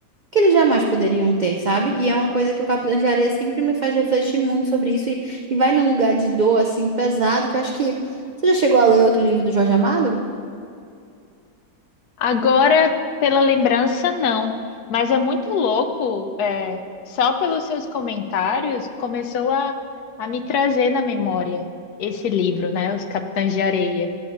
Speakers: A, on the right; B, on the left.
A: que eles jamais poderiam ter, sabe? E é uma coisa que o Capitão de Areia sempre me faz refletir muito sobre isso e, e vai num lugar de dor assim pesado que eu acho que você já chegou a ler outro livro do Jorge Amado?
B: Agora, pela lembrança, não. Mas é muito louco, é, só pelos seus comentários, começou a, a me trazer na memória esse livro, né? Os Capitães de Areia.